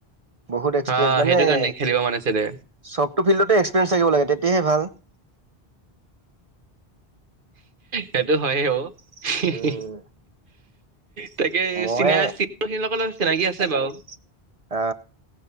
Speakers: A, on the right (about 40°); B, on the right (about 55°).
A: বহুত এক্সপিৰিয়েঞ্চ
B: অ'
A: মানে
B: সেইটো কাৰণে খেলিব মন আছিলে
A: চবতটো ফিল্ডতে এক্সপিৰিয়েঞ্চ থাকিব লাগে, তেতিয়াহে ভাল ।
B: সেইটো হয় অঔ, হি
A: উম
B: হি তাকে
A: মই
B: চিনা ফিত সকলৰ চিনাকি আছে বাউ ।
A: অ